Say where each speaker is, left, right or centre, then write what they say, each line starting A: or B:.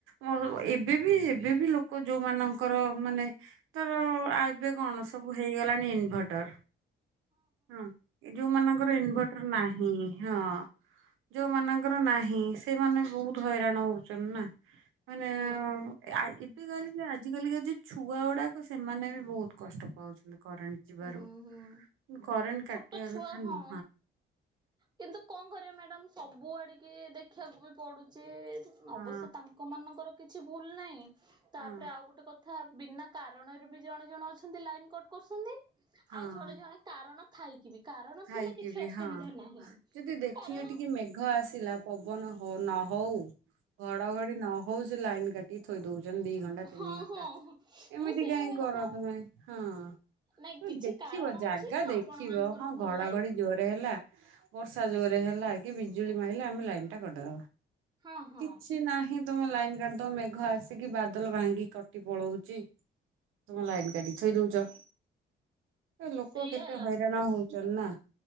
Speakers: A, on the right; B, on the right.
A: ମୋର ଏବେ ବି, ଏବେ ବି ଲୋକ ଯୋଉମାନଙ୍କର ମାନେ ତର ଅ ଏବେ କଣ ସବୁ ହେଇଗଲାଣି ଇନଭଟର ହଁ ଏ ଯୋଉମାନଙ୍କର ଇନଭଟର ନାହିଁ ହଁ ଯୋଉମାନଙ୍କର ନାହିଁ ସେଇମାନେ ବହୁତ ହଇରାଣ ହଉଛନ୍ତି ନା। ମାନେ,
B: ହୁଁ
A: ଆ ଏବେ କହିଲେ ଯେ ଆଜି କାଲିକା ଯ ଛୁଆ ଗୁଡାକ ସେମାନେ ବି ବହୁତ କଷ୍ଟ ପାଉଛନ୍ତି କରେଣ୍ଟ ଯିବାରୁ।
B: ହୁଁ ହୁଁ
A: କରେଣ୍ଟ କାଟିବା
B: ଛୋଟ ଛୁଆ
A: କଥା
B: ହଁ,
A: ନୁହଁ
B: କିନ୍ତୁ କଣ କରିଆ ମ୍ୟାଡମ୍? ସବୁଆଡ଼ିକି ଦେଖିଆକୁ ବି ପଡ଼ୁଛି
A: ହଁ
B: ଅବଶ୍ୟ ତାଙ୍କମାନଙ୍କର କିଛି ଭୁଲ ନାହିଁ, ତାପରେ
A: ହଁ
B: ଆଉ ଗୋଟେ କଥା ବିନା କାରଣରୁ ବି ଜଣେ ଜଣେ ଅଛନ୍ତି ଲାଇନକଟ କରୁଛନ୍ତି,
A: ହଁ।
B: ଆଉ ଜଣେ ଜଣେ କାରଣ ଥାଇ କି ବି କାରଣ
A: ଥାଇକି
B: ଥିଲେ କିଛି
A: ବି
B: ଅସୁବିଧା
A: ହଁ
B: ନାହିଁ,
A: ଯଦି ଦେଖିଲେ
B: କାରଣ
A: ଟିକେ ମେଘ ଆସିଲା ପବନ ହଉ ନହଉ, ଘଡଘଡି ନ ହଉ ସେ ଲାଇନ କାଟିିକି ଥୋଇ ଦଉ ଚନ୍ତି ଦି ଘଣ୍ଟା ତିନି
B: ହଁ
A: ଘଣ୍ଟା,
B: ହଁ
A: ଏମିତି
B: ମୁଁ ସେଇ
A: କାହିଁ
B: କହିବା
A: କର
B: କଥା
A: ତୁମେ ହଁ
B: ନାଇଁ କିଛି
A: ଦେଖିବ
B: କାରଣ
A: ଜାଗା
B: ଅଛି ତ
A: ଦେଖିବ
B: ଆପଣ ମାନଙ୍କର
A: ହଁ ହଁ
B: ଭୁଲ
A: ଘଡଘଡି
B: ନାହିଁ
A: ଜୋରରେ ହେଲା, ବର୍ଷା ଜୋରେ ହେଲା କି ବିଜୁଳି ମାଇଲା ଆମେ ଲାଇନ ଟା କଟଦବା।
B: ହଁ ହଁ
A: କିଛି ନାହିଁ ତମେ ଲାଇନ କାଟିଦବ ମେଘ ଆସିକି ବାଦଲ ଭାଙ୍ଗିକି କଟିପଳଉଚି ତମେ ଲାଇନ କାଟିକି ଥୋଇଦଉଛ, ଲୋକ
B: ସେଇଆ
A: କେତେ
B: ହେଲା
A: ହଇରାଣ ହଉଚନ୍ତି ନା!